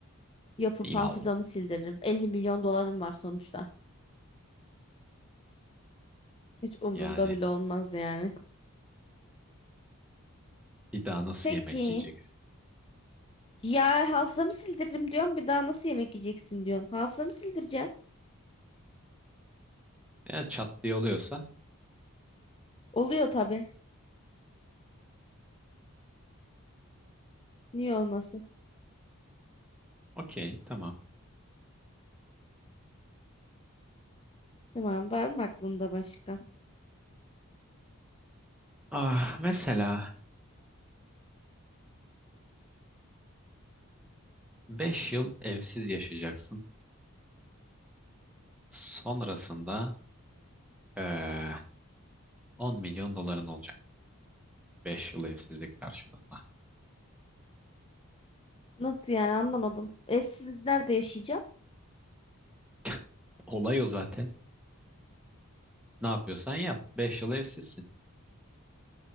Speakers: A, on the left (about 25°); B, in the centre.
A: Yapıp
B: Yahu
A: hafızamı sildiririm. 50 milyon dolarım var sonuçta. Hiç umurumda
B: yani.
A: bile olmaz yani.
B: Bir daha nasıl
A: Peki.
B: yemek yiyeceksin?
A: Ya hafızamı sildiririm diyorsun bir daha nasıl yemek yiyeceksin diyorsun. Hafızamı sildireceğim.
B: Yani çat diye oluyorsa
A: Oluyor tabii. Niye olmasın?
B: okey tamam.
A: Tamam, var mı aklında başka?
B: Ah, mesela 5 yıl evsiz yaşayacaksın. Sonrasında eee 10 milyon doların olacak. beş yıl evsizlik karşılığında.
A: Nasıl yani anlamadım. Evsiz nerede yaşayacağım?
B: <laughs> Olay o zaten. Ne yapıyorsan yap. 5 yıl evsizsin.